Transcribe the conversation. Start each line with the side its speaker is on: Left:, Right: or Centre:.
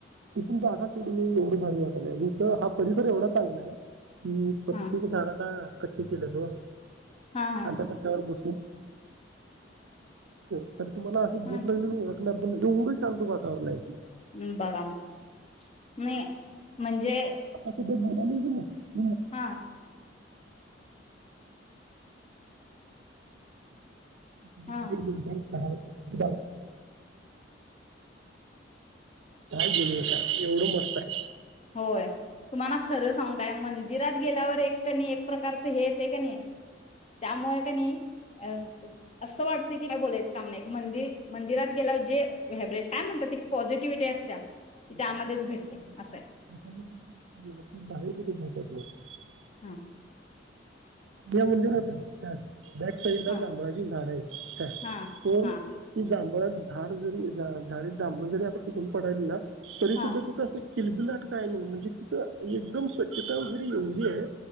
Right: तथून जाघाड मी एवढं भारी वाकलाय हा परिसर एवढा चांगला आहे. की <unintelligible>
Left: हा
Right: ना कटी केल्यात हो.
Left: हा हा
Right: आता कशावर बो <inaudible> तरी तुम्हाला असं
Left: हा
Right: भूक लागलेल एवढ शांत वााततावरणय
Left: हम् बघा मग नई म्हणजे
Right: हेजे बोललो य कणी <unintelligible> <unintelligible>
Left: हा
Right: <unintelligible>
Left: हा
Right: दोन चार <unintelligible> काय बोलू आता एवढं मस्त आहे.
Left: होय तुम्हाना खरं सांगू काय मं दीरात गेल्यावर एक कणी एक प्रकारच हे येत की नई- त्यामुळे कनी अ अ असं वाटतं की काय बोलायचं काम नाई, मंदि मंदिरात गेल्यावर जे व्हॅब्रेश काय म्हणतात ते- पॉझिटिव्हटी असत्या की
Right: आणि
Left: त्यामध्येच भेटत्या असं आय-
Right: <unintelligible>
Left: हम
Right: या मंदिरात या काय बॅक साइड ला
Left: हा
Right: जांभळाची झाड आहेत. काय
Left: हा
Right: पण
Left: हा
Right: ती जांभ- पण झाड जरी झा झाडीत जांभूळ जरी आता पिकून पडायली ना तरी
Left: हा
Right: सुद्धा तिथं अस एक - किलबिलाट काय म्ह म्हणजे तिथं एकदम स्वच्छ - ता वैगेरे एवढी आहे